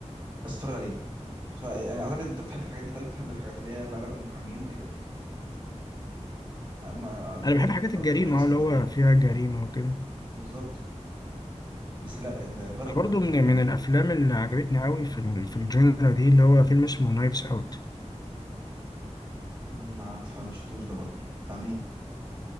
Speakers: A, on the right; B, on the left.
A: بس اتفرج عليه اتفرج- انا اعتقد انت بتحب الحاجات دي طيب بتحب الحاجات اللي هي لها علاقة بالمحامين وكده اما بما
B: انا بحب
A: انك
B: حاجات
A: انت
B: الجريمه
A: قلت ملاك اسكندرية
B: اه اللي هو فيها جريمه وكده
A: بالظبط بس لا ال- جرب
B: برضه
A: جرب اتفرج
B: من
A: عليه
B: من الافلام اللي عجبتني قوي في ال- في
A: امم
B: الجنرا دي اللي هو فيلم اسمه نايفز اوت
A: أمم، عارفة ما شفتوش ده برضو بتاع مين